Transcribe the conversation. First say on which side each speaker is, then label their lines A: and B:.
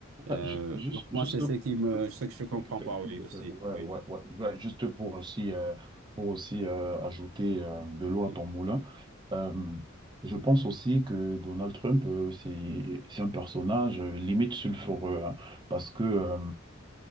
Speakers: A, on the right (about 80°); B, on the right (about 20°).
A: Euh,
B: euh, ju- juste,
A: donc
B: juste,
A: moi, c'est ce qui me, ce que je comprends
B: ouais,
A: pas, oui, aussi. Oui,
B: ouais, ouais, ouais, juste pour aussi, euh, pour aussi euh, ajouter euh, de l'eau à
A: oui,
B: ton moulin, euh, je pense aussi que Donald Trump, euh, c'est, c'est un personnage euh, limite sulfureux, hein, parce que euh,